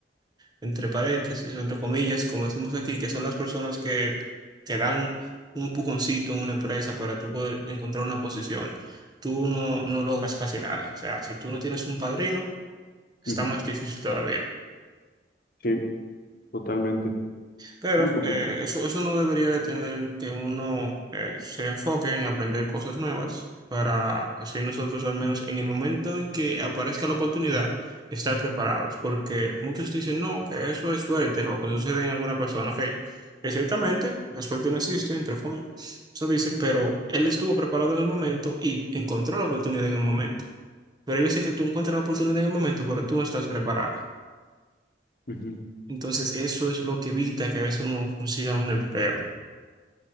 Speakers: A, on the right (about 20°); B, on the left (about 50°).
A: entre paréntesis, entre comillas, como decimos aquí, que son las personas que te dan un empujoncito en una empresa para tú poder encontrar una posición, tú no, no logras casi nada. O sea, si tú no tienes un padrino, está
B: Ujú,
A: más difícil todavía.
B: Sí, totalmente.
A: Pero
B: Sí, porque...
A: eh, eso, eso no debería detener que uno eh, se enfoque en aprender cosas nuevas para así nosotros al menos en el momento en que aparezca la oportunidad estar preparados. Porque muchos dicen, no, que eso es suerte, lo que sucede en alguna persona. Ok, que ciertamente la suerte no existe, entre comillas, eso dicen, pero él estuvo preparado en el momento y encontró la oportunidad en el momento. Pero hay veces que tú encuentras la oportunidad en el momento, pero tú no estás preparado.
B: ujú.
A: Entonces, eso es lo que evita que a veces uno consiga un empleo.